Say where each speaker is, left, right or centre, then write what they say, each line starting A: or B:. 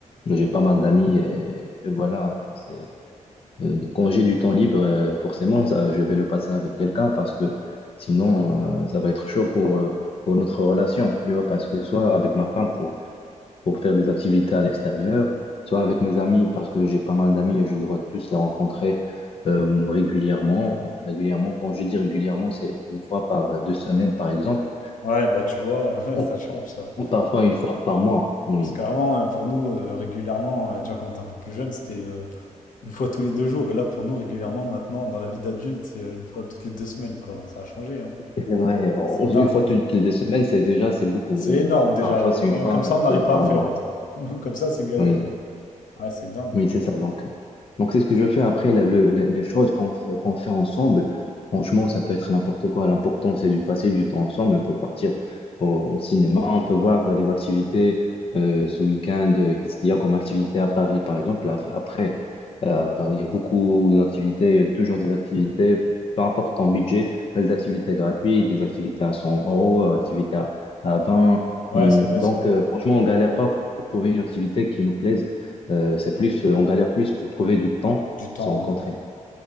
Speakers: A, on the left; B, on the left.
A: J'ai pas mal d'amis et, et voilà. C'est, euh, quand j'ai du temps libre, euh, forcément, ça, je vais le passer avec quelqu'un parce que sinon, euh, ça va être chaud pour, euh, pour notre relation. Tu vois, parce que soit avec ma femme pour, pour faire des activités à l'extérieur, soit avec mes amis parce que j'ai pas mal d'amis et je dois tous les rencontrer euh, régulièrement. Régulièrement, quand je dis régulièrement, c'est une fois par euh, deux semaines, par exemple.
B: Ouais, bah, tu vois, <laughs> ouais,
A: On-
B: ça change, ça.
A: on- parfois une fois par mois, oui.
B: Parce qu'avant, euh, pour nous, euh, régulièrement, euh, tu vois, quand on était un peu plus jeune, c'était euh, une fois tous les deux jours. Et là, pour nous, régulièrement, maintenant, dans la vie d'adulte, c'est euh, une fois toutes les deux semaines, quoi. Ça a changé, hein.
A: C'est vrai, on-
B: C'est dingue.
A: une fois
B: hein.
A: toutes les deux semaines, c'est déjà, c'est beaucoup.
B: C'est
A: Euh,
B: énorme, déjà.
A: Parfois,
B: Et
A: c'est une
B: même
A: fois
B: comme ça,
A: euh,
B: on n'arrive
A: pour-
B: pas
A: par
B: à le faire.
A: mois.
B: ouais. <laughs> Même comme ça, c'est galère.
A: Oui.
B: Ouais, c'est dingue,
A: Oui,
B: hein.
A: c'est ça. Donc, donc c'est ce que je fais après. la- le- le- les choses qu'on fait, qu'on fait ensemble, franchement, ça peut être n'importe quoi. L'important, c'est de passer du temps ensemble. On peut partir au, au cinéma, on peut voir euh, les activités euh, ce week-end. euh, Qu'est-ce qu'il y a comme activité à Paris, par exemple? Af- Après, euh, à Paris, il y a beaucoup d'activités, euh, toujours des activités, peu importe ton budget, il y a des activités gratuites, des activités à 100 euros, euh, activités à, à 20.
B: Ouais,
A: Hum,
B: c'est vrai,
A: Donc,
B: c'est vrai.
A: euh, franchement, on galère pas pour trouver une activité qui nous plaise euh, c'est plus, euh, on galère plus pour trouver du temps
B: Du
A: pour
B: temps,
A: se rencontrer.
B: ouais.